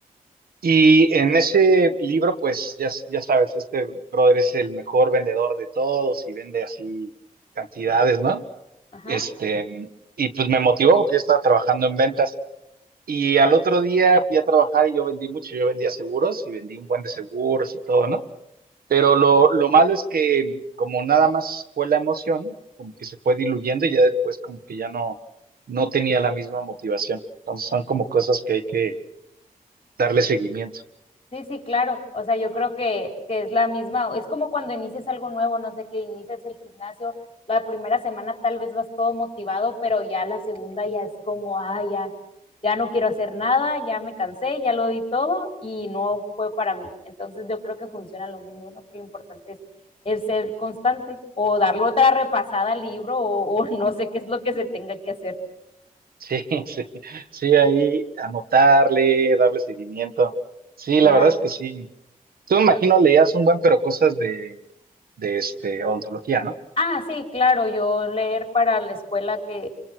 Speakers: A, on the right; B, on the left.
A: Y en ese libro, pues ya, ya sabes, este brother es el mejor vendedor de todos y vende así cantidades, ¿no?
B: ajá.
A: Este, y pues me motivó porque yo estaba trabajando en ventas Y al otro día fui a trabajar y yo vendí mucho, yo vendía seguros y vendí un buen de seguros y todo, ¿no? Pero lo, lo malo es que como nada más fue la emoción, como que se fue diluyendo y ya después como que ya no, no tenía la misma motivación. Entonces son como cosas que hay que darle seguimiento.
B: Sí, sí, claro. O sea, yo creo que, que es la misma, es como cuando inicias algo nuevo, no sé, que inicias el gimnasio, la primera semana tal vez vas todo motivado, pero ya la segunda ya es como, ah, ya, ya no quiero hacer nada, ya me cansé, ya lo di todo y no fue para mí. Entonces yo creo que funciona lo mismo, ¿no? Que lo importante es, es ser constante o darle otra repasada al libro o, o <laughs> no sé qué es lo que se tenga que hacer.
A: Sí, <laughs> sí, sí, ahí anotarle, darle seguimiento. Sí,
B: Claro.
A: la verdad es que sí. Tú me imagino leías un buen, pero cosas de, de este, ontología, ¿no?
B: Ah, sí, claro, yo leer para la escuela que